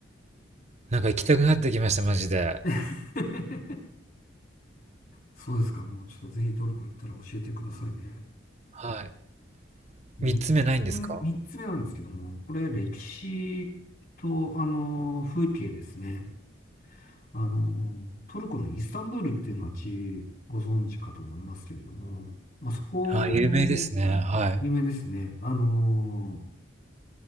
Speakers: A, on the right (about 35°); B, on the left (about 50°).
A: なんか行きたくなってきました、マジで。
B: <laughs> そうですか。もうちょっとぜひトルコ行ったら教えてくださいね。
A: はい。
B: 三つ目、
A: 三つ目ないんですか
B: 三つ目なんですけども、これ歴史と、あの、風景ですね。あの、トルコのイスタンブールっていう街、ご存知かと思いますけれども、まあ、そこ、
A: あ、有名ですね。はい。
B: 有名ですね。あの、